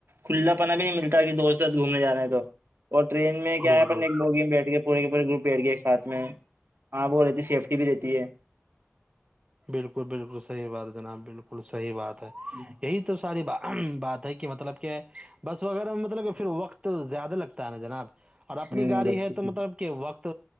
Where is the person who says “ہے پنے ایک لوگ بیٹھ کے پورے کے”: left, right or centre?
Right